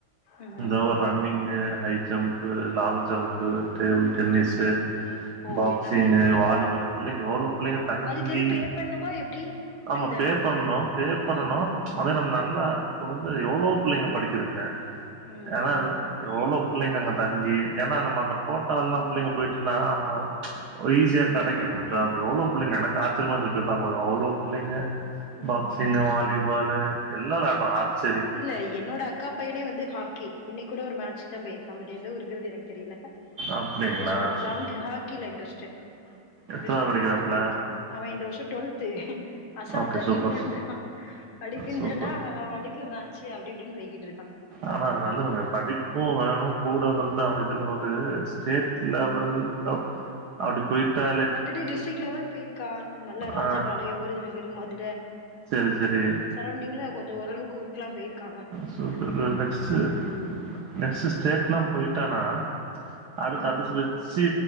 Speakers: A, on the left (about 80°); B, on the right (about 65°).
A: ம்
B: இந்த ஒ running high jump long jump table
A: ம்
B: டென்னிஸ்ஸு
A: ம் ஓ
B: பாக்சிங்கு
A: எல்லாமே இருக்குன்ன
B: வாலிபாலு புள்ளைங்க எவ்ளோ புள்ளைங்க தங்கி
A: அதுக்கு எது பே பண்ணுமா எப்டி ஃப்ரீ
B: ஆமா
A: தானா
B: பே பண்ணனு பே பண்ணனு
A: ஆ
B: அதே நம்ம நல்லா இப்ப வந்து எவ்ளோ‌ புள்ளைங்க படிக்குதுங்க
A: ம்
B: அதா எவ்ளோ புள்ளைங்க அங்க தங்கி ஏனா நம்ம அந்த கோட்டால்லா புள்ளைங்க போயிட்டுன்னா அவுங்க ஈஸியா
A: ம்
B: கெடைக்கு அவுங்களுக்கு ஜாப்பு எவ்ளோ புள்ளைங்க எனக்கு ஆச்சரியமாருந்துச்சு போய் பாக்குபோது அவ்ளோ புள்ளைங்க பாக்சிங்கு
A: ம் ம்
B: வாலிபாலு எல்லா வெளயாட்டு ஆர்ச்சரி
A: இல்ல என்னோட அக்கா பையனே வந்து ஹாக்கி இன்னக்கி கூட ஒரு மேட்ச் தா போயிருக்கா பட் எந்த ஊருங்றது எனக்கு தெரில
B: அப்டிங்களா
A: நேத்தே சொன்னாப்ல
B: சூ
A: அவனுக்கு ஹாக்கில இன்ட்ரெஸ்ட்டு
B: எத்தனாவது
A: டிஸ்ரிக்ட்
B: படிக்கிறாப்புல
A: வைஸா போயிருக்கா அவே இந்த வர்ஷோ டுவெல்த்து அசால்டா
B: ஓகே சூப்பர்
A: டீல் பண்றா படிக்குன்சொன்னா
B: சூப்பர்
A: அவேபாட்டுக்கு மேட்சு அப்டி இப்டின் போய்கிட்ருக்கா
B: ஆனா அது நல்லதுங்க படிப்பு வேணு கூட வந்து அவே இதுல‌ ஒரு ஸ்டேட் லெவல் கப் அப்டி போயிட்டா
A: ஆல்ரெடி டிஸ்ட்ரிக் லெவல் போயிருக்கா நல்ல ராஜபாளயோ
B: ஆ
A: விருதுநகர் மதுர
B: செரி செரி
A: இந்த சரௌண்டிங்ல கொஞ்சோ ஓரளவுக்கு ஊருக்ல்லா போயிருக்கா அவே
B: சூப்பர் நெக்ஸ்ட்டு நெக்ஸ்ட்டு ஸ்டேட்லா போய்ட்டானா அடுத்து
A: ம்
B: அத
A: ம்
B: வச்சு